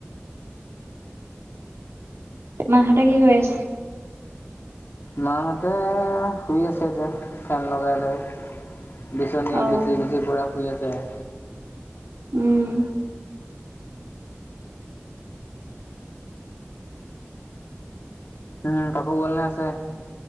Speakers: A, on the right; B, on the left.
A: মাহঁতে কি কৰি আছে?
B: মাহঁতে শুই আছে, এতিয়া ফেন লগাই লৈ বিচনীয়ে
A: অ
B: বিচি বিচি পুৰা শুই আছে আও।
A: উম।
B: উম পাপু গ'ল নে আছে?